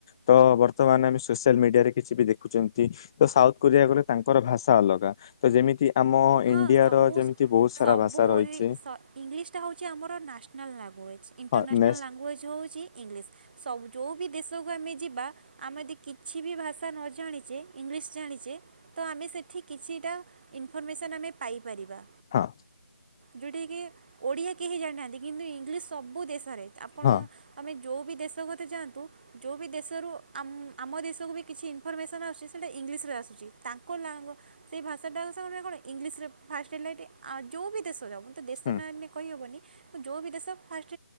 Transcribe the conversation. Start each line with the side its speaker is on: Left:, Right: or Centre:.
Left: ତ ବର୍ତ୍ତମାନ ଆମେ ସୋସିଆଲ ମିଡ଼ିଆରେ କିଛି ବି ଦେଖୁଛନ୍ତି। ତ ସାଉଥ କୋରିଆ କଲେ ତାଙ୍କର ଭାଷା ଅଲଗା, ତ ଯେମିତି ଆମ
Right: ହଁ
Left: ଇଣ୍ଡିଆର
Right: ସମ
Left: ଯେମିତି ବହୁତ ସାରା
Right: ସବୁ
Left: ଭାଷା ରହିଛି
Right: ଇଂଲିଶଟା ହେଉଛି ଆମର ନ୍ୟାସନାଲ୍ ଲାଙ୍ଗୁଏଜ୍ ଇଣ୍ଟରନ୍ୟାସନାଲ୍
Left: ହଁ ନେକ୍ସଟ
Right: ଲାଙ୍ଗୁଏଜ୍। ହଉଛି ଇଂଲିଶ ସବୁ ଯେଉଁ ବି ଦେଶକୁ ଆମେ ଯିବା ଆମେ ଯଦି କିଛି ବି ଭାଷା ନ ଜାଣିଛେ ଇଂଲିଶ ଜାଣିଛେ ତ ଆମେ ସେଠି କିଛିଟା ଇନଫର୍ମେସନ୍ ଆମେ ପାଇପାରିବା।
Left: ହଁ।
Right: ଯୋଉଟା କି ଓଡିଆ କେହି ଜାଣିନାହାନ୍ତି କିନ୍ତୁ ଇଂଲିଶ ସବୁ ଦେଶରେ ଆପଣ
Left: ହଁ
Right: ଆମେ ଯୋଉ ବି ଦେଶ କୋଥାେ ଯାଆନ୍ତୁ। ଯୋଉ ବି ଦେଶରୁଆମ୍ ଆମ ଦେଶକୁ ବି କିଛି ଇନଫର୍ମେସନ୍ ଆସୁଛି ସେଇଟା ଇଂଲିଶରେ ଆସୁଛି ତାଙ୍କ ଲା ସେଇ ଭାଷାଟା ସେମାନେ କଣ ଇଂଲିଶରେ ଫାଷ୍ଟ ହେଲା ଏଟି ଯୋଉ ବି ଦେଶ ଯାଉ ତ ଦେଶ
Left: ହୁଁ
Right: ନା ନେ କହିହବନି ଯୋଉ ବି ଦେଶ ଫାଷ୍ଟ